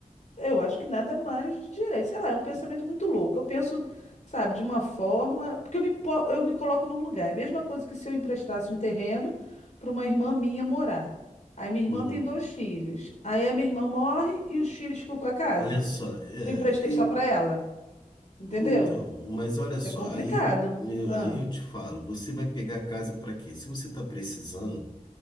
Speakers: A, on the left; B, on the left.
A: eu acho que nada mais de direito. Sei lá, é um pensamento muito louco. Eu penso, sabe, de uma forma. Porque eu me, po- eu me coloco no lugar. É a mesma coisa que se eu emprestasse um terreno para uma irmã minha morar. Aí minha irmã
B: Uhum.
A: tem dois filhos. Aí a minha irmã morre e os filhos ficam com a casa.
B: Olha só, é,
A: Eu emprestei
B: eu,
A: só para ela. Entendeu?
B: Então, mas olha só,
A: É complicado.
B: aí eu, eu-
A: Ah,
B: aí eu te falo, você vai pegar a casa para quê? Se você está precisando,